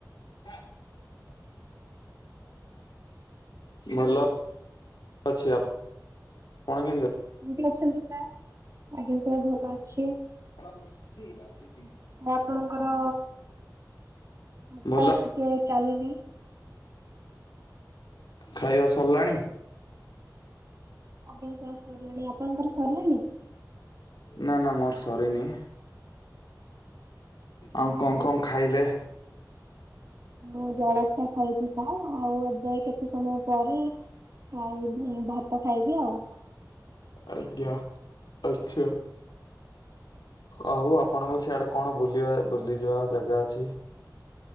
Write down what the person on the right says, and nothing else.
କେମିତି ଅଛନ୍ତି ସାର୍ ଆଜ୍ଞା ପୁରା ଭଲ ଅଛି।
ମୁଁ ଆପଣଙ୍କର ମଥା
ଟିକିଏ କ୍ୟାଲେରୀ
ଆଜ୍ଞା ସାର୍ ସରିଲାଣି ଆପଣଙ୍କର ସରିଲାଣି।
ମୁଁ ଜଳଖିଆ ଖାଇଛି ସାର ଆଉ ଏବେ କେତେ ସମୟ ପରେ। ଖାଇବି ମୁଁ ଭାତ ଖାଇବି ଆଉ।